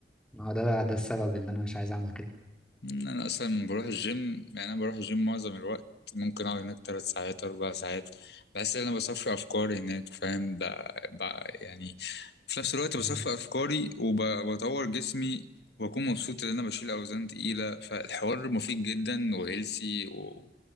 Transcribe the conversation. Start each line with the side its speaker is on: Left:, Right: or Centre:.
Centre: ما هو ده ده السبب اللي انا مش عايز اعمل كده
Left: مم، انا اصلا بروح الجيم يعني انا بروح الجيم معظم الوقت ممكن اقعد هناك تلات ساعات اربع ساعات بحس ان انا بصفي افكاري هناك فاهم ب... ب... يعني في نفس الوقت بصفي
Centre: مم.
Left: افكاري وبطور جسمي واكون مبسوط ان انا بشيل اوزان تقيله فالحوار مفيد جدا وهيلسي و...